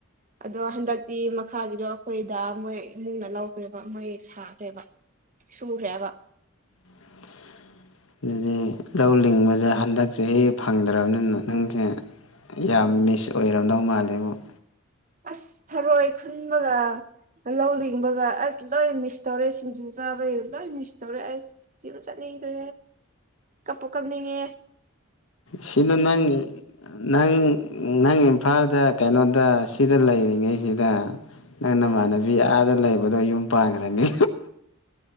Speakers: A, on the right (about 35°); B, on the left (about 70°).
A: ꯑꯗꯣ ꯍꯟꯗꯛꯇꯤ ꯃꯈꯥꯒꯤꯗꯣ ꯑꯩꯈꯣꯏꯗ ꯃꯣꯏ ꯏꯃꯨꯡꯅ ꯂꯧꯈ꯭ꯔꯦꯕ ꯃꯣꯏ ꯁꯥꯈ꯭ꯔꯦꯕ ꯁꯨꯈꯔꯦꯕ
B: <unintelligible> ꯑꯗꯨꯗꯤ ꯂꯧ ꯂꯤꯡꯕꯁꯦ ꯍꯟꯗꯛꯁꯦ ꯍꯦꯛ ꯐꯪꯗ꯭ꯔꯕꯅꯤꯅ ꯅꯪꯁꯦ ꯌꯥꯝ ꯃꯤꯁ ꯑꯣꯏꯔꯝꯗꯧ ꯃꯥꯜꯂꯦ ꯑꯃꯛ
A: ꯑꯁ ꯊꯔꯣꯏ ꯈꯨꯟꯕꯒ ꯂꯧ ꯂꯡꯕꯒ ꯑꯁ ꯂꯣꯏ ꯃꯤꯁ ꯇꯧꯔꯦ ꯁꯤꯡꯖꯨ ꯆꯥꯕꯩ ꯂꯣꯏ ꯃꯤꯁ ꯇꯧꯔꯦ ꯑꯁ ꯤꯕꯨ ꯆꯠꯅꯤꯡ ꯀꯦ ꯀꯞꯄ ꯀꯝꯅꯤꯡꯉꯦ
B: ꯁꯤꯗ ꯅꯪ ꯅꯪ ꯅꯪ ꯏꯝꯐꯥꯜꯗ ꯀꯩꯅꯣꯗ ꯁꯤꯗ ꯂꯩꯔꯤꯉꯩꯁꯤꯗ ꯅꯪ ꯅꯃꯥꯟꯅꯕꯤ
A: ꯑꯥ
B: ꯑꯥꯗ ꯂꯩꯕꯗꯣ ꯌꯨꯝ ꯄꯥꯟꯈ꯭ꯔꯅꯤ